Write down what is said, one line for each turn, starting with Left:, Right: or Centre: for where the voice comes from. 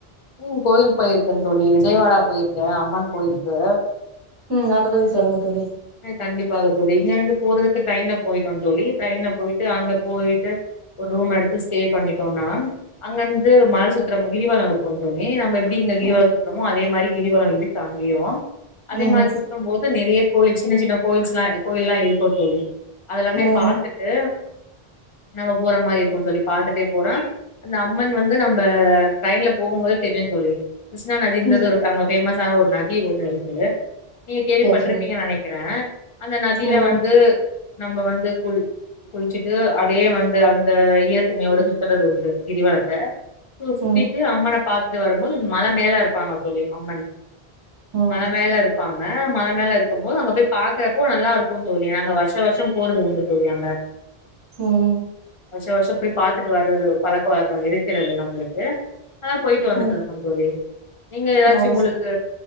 Left: உம் கோயில் போயிருக்கே தோலி விஜயவாடா போயிருக்கே அம்மன் கோயிலுக்கு
Right: உம் அத பத்தி சொல்லுங்க தோலி
Left: ஹ் கண்டிப்பாக தோலி இங்க இருந்து போறதுக்கு ட்ரெயின்ல போயிட்டோ தோலி ட்ரெயின்ல போயிட்டு அங்க போயிட்டு ஒரு ரூம் எடுத்து ஸ்டே பண்ணிட்டோம்னா அங்க இருந்து மலை சுத்திரம் கிரிவலம் இருக்கும் தோலி நம்ம எப்டி இங்க கிரவல
Right: ம்
Left: சுத்திரமோ அதே இதுமாரி கிரிவல இருக்கு அங்கேயு அதே
Right: ம்
Left: மாரி சுத்தும் போது நெறைய கோயில்ஸ் சின்ன சின்ன கோயில்ஸ் எல்லா கோயில் எல்லா இருக்கோ தோலி அதெல்லாமே
Right: ம்
Left: பாத்துட்டு நம்ம போற மாரி இருக்கு தோலி பாத்துட்டே போறா அந்த அம்மன் வந்து நம்ம ட்ரெயின்ல போகும் போது தெரியு தோலி கிருஷ்ணா நதின்றது
Right: ம்
Left: ஒரு அங்க பேமஸ் கான ஒரு நதி ஒண்ணு இருக்கு நீங்க கேள்விப்பட்டுருப்
Right: சரி சரி
Left: நெனக்கிறேன் அந்த நதியில
Right: ம்
Left: வந்து நம்ம வந்து குள் குளிச்சுட்டு அதே வந்து அந்த ஈரத்துணியோட சுத்துறதுண்டு கிரிவலத்த சுத்திட்டு
Right: ம்
Left: அம்மன பாத்துட்டு வரும்போது மழ மேல இருப்பாங்க தோழி அம்மன்
Right: ம் ம்
Left: மழ மேல இருப்பாங்க அ மழ மேல இருக்கு இருக்கும் போது அங்க போய் பாக்குறப்போ நல்லா இருக்கும் தோழி நாங்க வருஷ வருஷம் போறது உண்டு தோழியங்க
Right: ஹம்
Left: வருஷ வருஷம் போய் பாத்துட்டு வர்றது பழக் பழக்கம் இருக்கிறது நம்மளுக்கு அதான் போயிட்டு வந்துட்டு
Right: ம்
Left: இருப்போம் தோழி நீங்க ஏதாச்சும்
Right: ஓ
Left: உங்களுக்கு